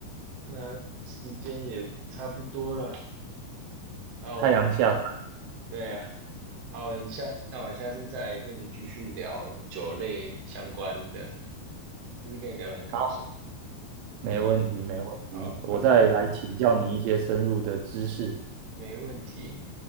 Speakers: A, on the right; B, on the right.
A: 那时间也差不多了，那我
B: 太阳下山，
A: 对啊，那我下那我下次再来跟你继续聊酒类相关的，就是跟你聊得很开心。
B: 好，没问题，
A: 嗯，
B: 没问题。
A: 好，
B: 我再来请教你一些深入的知识。
A: 拜拜，没问题。